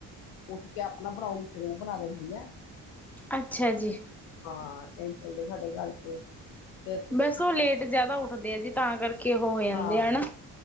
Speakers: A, on the left; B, in the centre.
A: ਉੱਠ ਕੇ ਆਪਣਾ ਬਣਾਓ ਫੇਰ ਓ ਬਣਾ ਦੇਂਦੀ ਐ।
B: ਅੱਛਾ ਜੀ।
A: ਹਾਂ ਏਹੀ ਚੱਲਦਾ ਸਾਡੇ ਘਰ ਤੇ। ਤੇ ਅਸੀਂ ਤੇ
B: ਬਸ ਓ ਲੇਟ ਜਾਦਾ ਉੱਠਦੇ ਐ ਜੀ ਤਾਂ ਕਰ ਕਿ ਉਹ ਹੋ ਜਾਂਦੇ
A: ਹਾਂ
B: ਆ ਹਨਾ